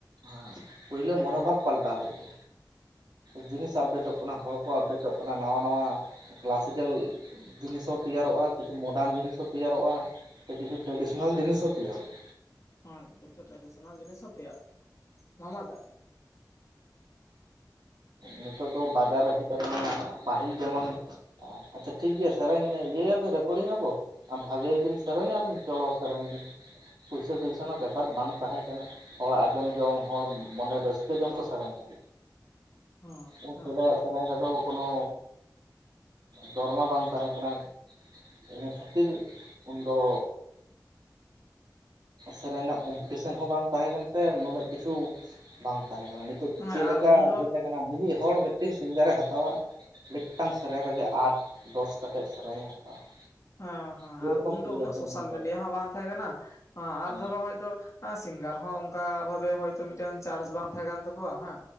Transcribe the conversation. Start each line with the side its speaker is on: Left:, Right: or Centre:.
Right: ᱦᱮᱸ ᱯᱳᱭᱞᱳ ᱢᱚᱱᱳᱵᱷᱟᱵᱽ ᱯᱟᱞᱴᱟᱣ ᱦᱩᱭᱩᱜᱼᱟ ᱾ ᱡᱤᱱᱤᱥ ᱟᱯᱰᱮᱴᱚᱜ ᱠᱟᱱᱟ, ᱦᱚᱲ ᱠᱚ ᱟᱯᱰᱮᱴᱚᱜ ᱠᱟᱱᱟ, ᱱᱟᱣᱟ ᱱᱟᱣᱟ ᱠᱞᱟᱥᱤᱠᱮᱞ ᱡᱤᱱᱤᱥ ᱦᱚᱸ ᱛᱮᱭᱟᱨᱚᱜᱼᱟ, ᱠᱤᱪᱷᱩ ᱢᱚᱰᱟᱨᱱ ᱡᱤᱱᱤᱥ ᱦᱚᱸ ᱛᱮᱭᱟᱨᱚᱜᱼᱟ᱾ ᱥᱮ ᱠᱤᱪᱷᱩ ᱴᱨᱟᱰᱤᱥᱚᱱᱟᱞ ᱡᱤᱱᱤᱥ ᱦᱚᱸ ᱛᱮᱭᱟᱨᱚᱜᱼᱟ᱾
Left: <inaudible> ᱠᱤᱪᱷᱩ ᱴᱨᱟᱰᱤᱥᱚᱱᱟᱞ ᱡᱤᱱᱤᱥ ᱦᱚ ᱛᱮᱭᱟᱨᱚᱜ-ᱟ᱾ ᱢᱟᱢᱟᱴᱟᱜ
Right: ᱱᱤᱛᱚᱜ ᱫᱚ ᱵᱟᱡᱟᱨ ᱨᱮ ᱦᱮᱡ ᱟᱠᱟᱱᱟ᱾ ᱯᱟᱹᱦᱤᱞ ᱡᱮᱢᱚᱱ ᱟᱪᱪᱷᱟ ᱴᱷᱤᱠ ᱜᱮᱭᱟ᱾ ᱥᱮᱨᱮᱧ ᱤᱭᱟᱹᱭᱟᱵᱮᱱ ᱨᱮᱠᱚᱨᱰᱤᱝ ᱟᱵᱚ? ᱟᱨ ᱵᱷᱟᱜᱮ ᱵᱤᱱ ᱥᱮᱨᱮᱧᱟᱵᱤᱱ ᱪᱚᱞᱚ ᱥᱮᱨᱮᱧ ᱵᱤᱱ ᱯᱩᱭᱥᱟᱹ ᱴᱩᱭᱥᱟ ᱱᱟᱜ ᱵᱮᱯᱟᱨ ᱵᱟᱝ ᱛᱟᱦᱮᱸ ᱠᱟᱱᱟ᱾ ᱦᱚᱲ ᱟᱸᱡᱚᱢ ᱡᱚᱝ ᱦᱚᱲ ᱢᱚᱱᱮ ᱨᱟᱹᱥᱠᱟᱹ ᱡᱚᱝ ᱠᱚ ᱥᱮᱨᱮᱧ ᱛᱟᱦᱮᱸᱜ᱾
Left: ᱦᱚᱸ
Right: ᱩᱱ
Left: ᱦᱚᱸ
Right: ᱥᱮᱫᱟᱭ ᱟᱜ ᱥᱮᱨᱮᱧ ᱨᱮᱫᱚ ᱠᱳᱱᱚ ᱫᱚᱨᱢᱟ ᱵᱟᱝ ᱛᱟᱦᱮᱸ ᱠᱟᱱᱟ᱾ ᱤᱱᱟᱹ ᱠᱷᱟᱹᱛᱤᱨ ᱩᱱᱫᱚ, ᱥᱮᱨᱮᱧ ᱱᱟᱜ ᱠᱚᱢᱯᱤᱴᱤᱥᱮᱱ ᱦᱚᱸ ᱵᱟᱝ ᱛᱟᱦᱮᱸ ᱠᱟᱱ, ᱥᱮ ᱱᱩᱱᱟᱹᱜ ᱠᱤᱪᱷᱩ ᱵᱟᱝ ᱛᱟᱦᱮᱸ ᱠᱟᱱᱟ᱾ ᱱᱤᱛᱚᱜ ᱪᱮᱜ
Left: ᱦᱮᱸ
Right: ᱞᱮᱠᱟ
Left: ᱟᱨ ᱩᱱᱫᱚ
Right: ᱦᱮᱡ ᱟᱠᱟᱱᱟ ᱢᱤᱢᱤᱜ ᱦᱚᱲ ᱢᱤᱫᱴᱮᱱ ᱥᱤᱝᱜᱟᱨᱮ ᱦᱟᱛᱟᱣᱟ ᱢᱤᱜᱴᱟᱝ ᱥᱮᱨᱮᱧ ᱨᱮᱜᱮ ᱟᱴ, ᱫᱚᱥ ᱠᱟᱛᱮᱫ ᱥᱮᱨᱮᱧᱮ ᱦᱟᱛᱟᱣᱟ <unintelligible>
Left: ᱦᱚᱸ ᱦᱚᱸ
Right: ᱡᱮᱨᱚᱠᱚᱢ
Left: ᱟᱨ ᱩᱱᱫᱚ
Right: ᱥᱤᱝᱜᱟᱨ
Left: ᱩᱱᱟᱹᱜ
Right: ᱴᱷᱮᱱ
Left: ᱥᱳᱥᱟᱞ
Right: ᱵᱚᱱ ᱪᱟᱞᱟᱜᱼᱟ
Left: ᱢᱤᱰᱤᱭᱟ ᱦᱚᱸ ᱵᱟᱝ ᱛᱟᱦᱮᱸ ᱠᱟᱱᱟ᱾ ᱟᱨ
Right: ᱦᱮᱸ
Left: ᱫᱷᱚᱨᱚ ᱦᱚᱭᱛᱚ ᱟ ᱥᱤᱝᱜᱟᱨ ᱦᱚᱸ ᱚᱱᱠᱟ ᱵᱷᱟᱵᱮ ᱦᱚᱭᱛᱚ ᱢᱤᱫᱴᱮᱱ ᱪᱟᱨᱡ ᱵᱟᱝ ᱛᱟᱦᱮ ᱠᱟᱱ ᱛᱟᱠᱚᱣᱟ ᱦᱮᱸ᱾